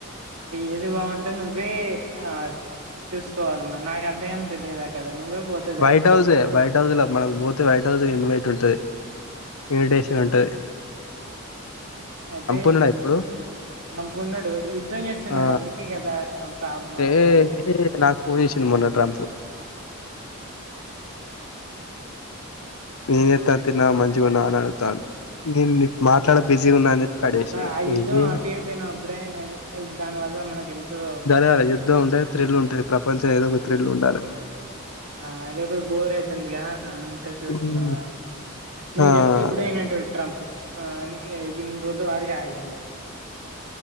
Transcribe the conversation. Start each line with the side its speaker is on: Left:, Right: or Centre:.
Right: ఏది బాగుంటే నువ్వే ఆ చూసుకోవాలి మరి నాకు అంతగనం తెలీదు కదా నువ్వే పోతావుగా
Left: వైట్
Right: ఎప్పటికి
Left: హౌసే వైట్ హౌస్ లో మనకు పోతే వైట్ హౌస్ లో ఇన్వైట్ ఉంటది ఇన్విటేషన్ ఉంటుంది
Right: అయితే
Left: ఉన్నడా ఇప్పుడు?
Right: <unintelligible> యుద్ధం చేస్తున్నాడు
Left: ఆ!
Right: అందుకే కదా ప్రాబ్లం
Left: ఏ
Right: అక్కడ
Left: ఏ నాకు ఫోన్ చేసిండు మొన్న ట్రంప్ ఏం చేస్తారు తిన్నావా మంచిగా ఉన్నావా అని అడుగుతాండు నేను మాట్లాడ బిజీగా ఉన్నా అని చెప్పి కట్ చేసిన
Right: మరి
Left: ఇగ.
Right: ఆ యుద్ధం
Left: ఏం చేయ
Right: ఆపెయ్యకపోయినా అప్పుడే దాని వల్ల మనకు ఎంతో
Left: ఉండాల యుద్ధం ఉంటే త్రిల్ ఉంటుంది ప్రపంచం ఏదో ఒక త్రిల్ ఉండాలే
Right: ఆ లేకపోతే బోర్ అవుతుందిగా అంతే చూస్తున్నావా
Left: ఉమ్,
Right: నువ్వు
Left: ఆ
Right: చెప్తే ఇప్పుడే
Left: అదే
Right: వినేటోడు ట్రంప్ అని ఇన్ని రోజుల వరకు ఆగిండు